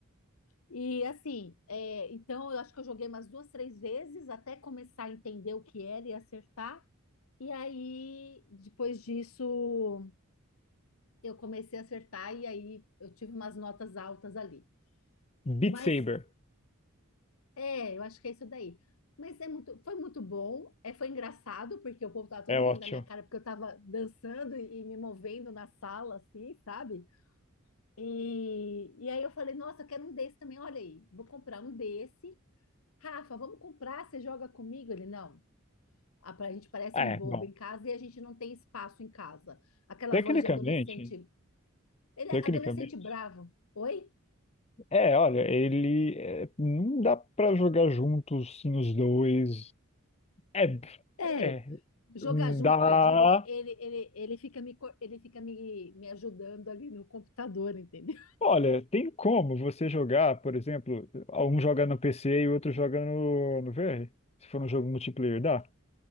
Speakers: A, on the left; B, on the left.
A: E assim, é, então eu acho que eu joguei umas duas, três vezes até começar a entender o que era e acertar. E aí, depois disso, eu comecei a acertar e aí eu tive umas notas altas ali.
B: Beat
A: Mas
B: Saber.
A: É, eu acho que é isso daí. Mas é muito, foi muito bom, é, foi engraçado, porque o povo tava todo
B: É ótimo.
A: rindo da minha cara, porque eu tava dançando e, e me movendo na sala, assim, sabe? E, e aí eu falei, nossa, eu quero um desse também, olha aí, vou comprar um desse. Rafa, vamos comprar, você joga comigo? Ele, não, a, pra- a gente parece
B: Ah,
A: um bobo
B: É, bom.
A: em casa e a gente não tem espaço em casa. Aquela
B: Tecnicamente,
A: voz de adolescente, ele
B: tecnicamente.
A: é adolescente bravo. Oi?
B: É, olha, ele é, não dá pra jogar juntos, sim, os dois. É,
A: É,
B: é,
A: jogar junto
B: dá.
A: que eu digo, ele, ele, ele, ele fica, me, co- ele fica me, me ajudando ali no computador, entendeu?
B: Olha, tem como você jogar, por exemplo, um joga no PC e o outro joga no, no VR? Se for um jogo multiplayer, dá,